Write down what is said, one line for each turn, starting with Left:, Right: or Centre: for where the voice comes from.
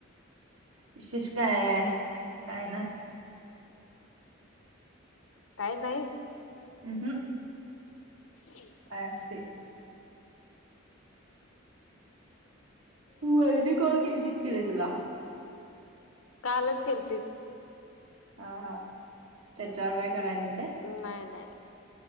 Right: विशेष काय आहे?
Left: काय नाही?
Right: हम.....
Left: ह <unintelligible>
Right: काय असते? तू वईने कॉल केली की नाही तुला?
Left: कालच केलते...
Right: हा हा त्याच्यावर काय कराय नाही काय?
Left: नाही नाही....